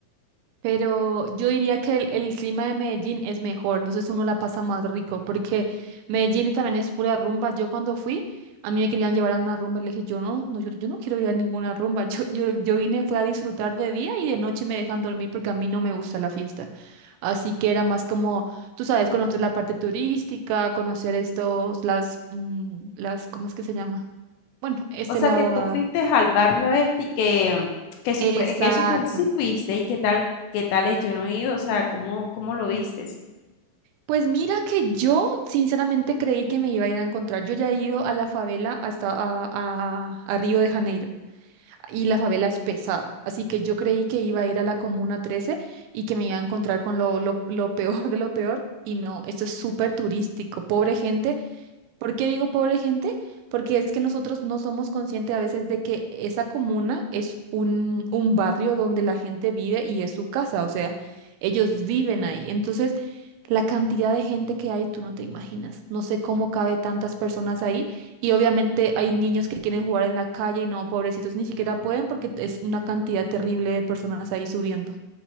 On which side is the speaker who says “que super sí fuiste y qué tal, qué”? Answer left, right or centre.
Left